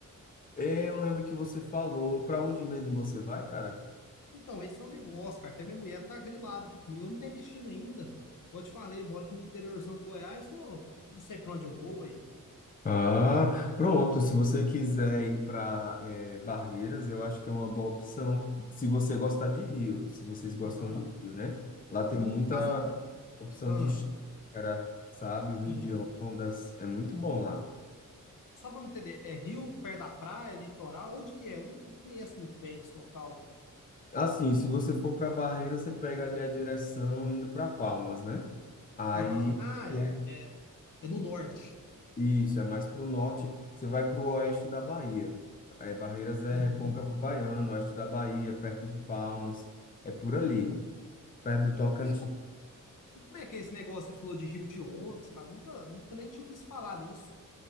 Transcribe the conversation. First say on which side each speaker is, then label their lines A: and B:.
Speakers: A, on the left; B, on the left.
A: É, Eu lembro que você falou. Para onde mesmo você vai, cara?
B: Então, esse é um negócio, cara. Até minha mulher tá grilada aqui comigo. Eu não tenho destino ainda. Como eu te falei, moro aqui no interiorzão do Goiás. Tô... Não sei pra onde eu vou aí.
A: Ah, pronto. Se você quiser ir para Barreiras, eu acho que é uma boa opção. Se você gostar de Rio, se vocês gostam
B: Aham.
A: de Rio, né? Lá tem muita
B: No caso é.
A: opção
B: Ah,
A: de chácara, sabe? O Rio
B: uhum.
A: de Ondas é muito bom lá.
B: Só pra me entender, é rio, perto da praia, litoral? Onde que é? Eu não não conheço muito bem esse local.
A: Assim, se você for para Barreira, você pega ali a direção indo para Palmas, né? Aí
B: Aham. Ah,
A: é
B: é, é, é no norte.
A: isso, é mais para o norte, você vai para o oeste da Bahia. É, Barreiras é
B: Uhum,
A: Recôncavo Baiano, oeste da Bahia, perto de Palmas, é por ali,
B: uhum.
A: perto do Tocantins.
B: E como é, E como é que é esse negócio? Você falou de Rio de Ondas, cara. Nunca, nunca nem tinha ouvido falar nisso.